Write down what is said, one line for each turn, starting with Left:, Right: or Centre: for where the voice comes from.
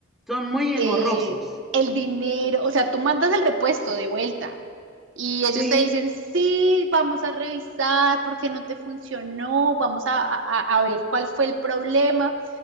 Centre: Son muy
Right: eh,
Centre: engorrosos.
Right: el dinero, o sea, tú mandas el repuesto de vuelta y ellos
Centre: Sí,
Right: te dicen, sí, vamos a revisar porque no te funcionó, vamos a, a, a ver cuál fue el problema.